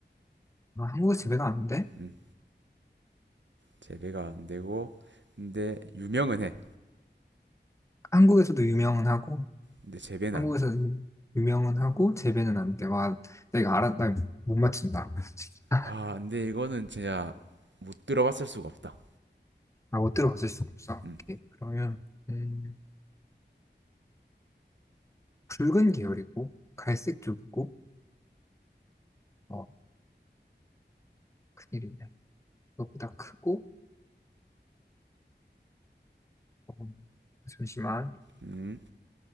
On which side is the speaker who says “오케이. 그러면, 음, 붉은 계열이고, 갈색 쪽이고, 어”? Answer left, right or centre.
Left